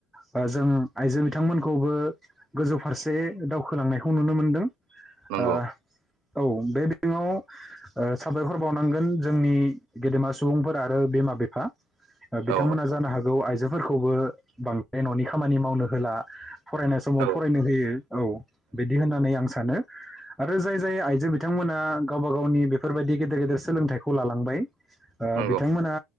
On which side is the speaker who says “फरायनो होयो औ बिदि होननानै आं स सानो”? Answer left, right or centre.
Centre